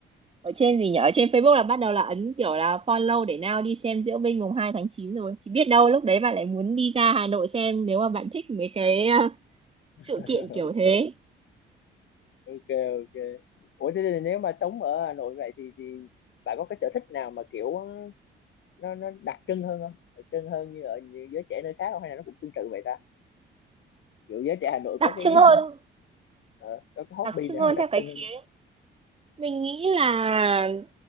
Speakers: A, on the right (about 30°); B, on the left (about 70°).
A: ở trên gì nhỉ? Ở trên Facebook là bắt đầu là ấn kiểu là follow để nào đi xem diễu binh mùng 2 tháng 9 rồi. Thì biết đâu lúc đấy bạn lại muốn đi ra Hà Nội xem nếu mà bạn thích mấy cái à,
B: <laughs>
A: sự kiện kiểu
B: ok
A: thế.
B: ok ok ủa thế thì nếu mà sống ở Hà Nội vậy thì thì bạn có cái sở thích nào mà kiểu nó nó đặc trưng hơn không đặc trưng hơn như ở như giới trẻ nơi khác không hay là nó cũng tương tự vậy ta kiểu giới trẻ Hà Nội
A: Đặc
B: có cái
A: trưng hơn,
B: <laughs> ờ, có cái hobby
A: đặc trưng
B: nào
A: hơn
B: đặc
A: theo cái
B: trưng
A: khía.
B: hơn không?
A: Mình nghĩ là